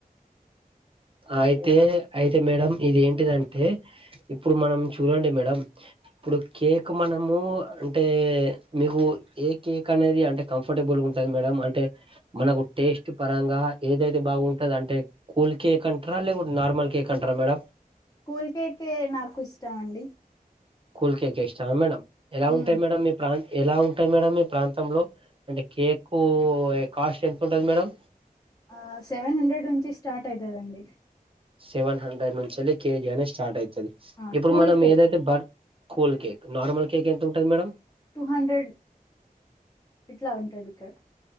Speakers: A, on the right; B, on the left.
A: అయితే అయితే మేడం ఇదిేంటిదంటే ఇప్పుడు మనం చూడండి. మేడం ఇప్పుడు కేక్ మనము అంటే మీకు ఏ కేక్ అనేది అంటే కంఫర్టబుల్గా ఉంటుంది. మేడం అంటే మనకు టేస్ట్ పరంగా ఏదైతే బాగుంటంది. అంటే కూల్ కేక్ అంటార. లే నార్మల్ కేక్ అంటార మేడ
B: కూల్ కేేకే నాకు ఇష్టం అండి.
A: కూల్ కేక్ ఇష్ట మేడం ఎలా
B: మ్మ్
A: ఉంటాయి మేడం మీ ప్రాంత ఎలా ఉంటాయి మేడం మీ ప్రాంతంలో అంటే కేక్ కాస్ట్ ఎంత ఉంటుంది మేడం
B: ఆ సెవెన్ హండ్రెడ్ నుంచి స్టార్ట్ అయితదండి
A: సెవెన్ హండ్రెడ్ నుంచికెళ్ళి కేజీ అనే స్టార్ట్ అవుతుది
B: ఆ
A: ఇప్పుడు
B: కూల్
A: మనం
B: కేక్
A: ఏదైతే birth cool cake normal cake ఎంత ఉంటుంది మేడమ్
B: టూ హండ్రెడ్ ఇట్లా ఉంటది ఇక్కడ